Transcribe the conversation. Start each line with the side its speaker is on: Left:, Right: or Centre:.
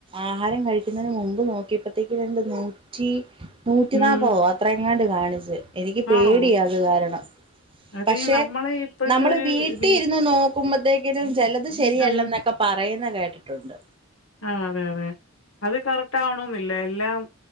Right: ആഹാരം കഴിക്കുന്നതിന് മുമ്പ് നോക്കിയപ്പത്തേക്കും എന്റെ നൂറ്റി.. നൂറ്റിനാൽപതോ
Left: ഉം
Right: അത്ര എങ്ങാണ്ട് കാണിച്ച് എനിക്ക് പേടിയ
Left: ആണോ
Right: അത് കാരണം
Left: അത്
Right: പക്ഷേ..
Left: ഈ നമ്മളെ ഇപ്പോഴത്തെ
Right: നമ്മള്
Left: ഒരു
Right: വീട്ടിൽ
Left: രീ
Right: ഇരുന്ന് നോ.. ആകുമ്പത്തേക്കിനും ചിലത് ശരിയല്ലെന്നൊക്കെ
Left: ഉം
Right: പറയുന്ന കേട്ടു. ഉണ്ട്.
Left: ആ.. അതെ അതെ അത് കറക്റ്റ് ആവണമെന്നില്ല എല്ലാം